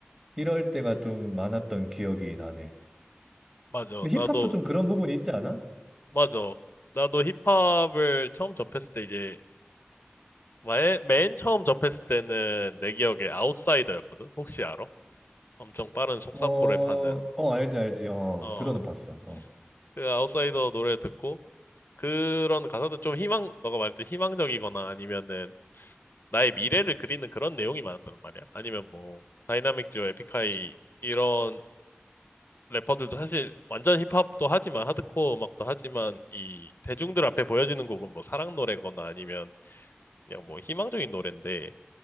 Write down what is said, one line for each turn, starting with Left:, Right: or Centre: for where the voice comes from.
Right: 이럴 때가 좀 많았던 기억이 나네.
Left: 맞아.
Right: 근데
Left: 나도
Right: 힙합도 좀 그런 부분이 있지 않아?
Left: 맞아. 나도 힙합을 처음 접했을 때 이제 말- 맨 처음 접했을 때는 내 기억에 아웃사이더였거든? 혹시 알아? 엄청 빠른 속사포를
Right: 어,
Left: 파는.
Right: 어, 알지, 알지. 어,
Left: 어,
Right: 들어는 봤어. 어.
Left: 그 아웃사이더 노래 듣고, 그런 가사들 좀 희망, 너가 말했듯 희망적이거나 아니면은 나의 미래를 그리는 그런 내용이 많았단 말이야. 아니면 뭐, 다이나믹 듀오, 에픽하이, 이런 래퍼들도 사실 완전 힙합도 하지만, 하드코어 음악도 하지만, 이 대중들 앞에 보여지는 곡은 뭐 사랑 노래거나 아니면 그냥 뭐 희망적인 노래인데,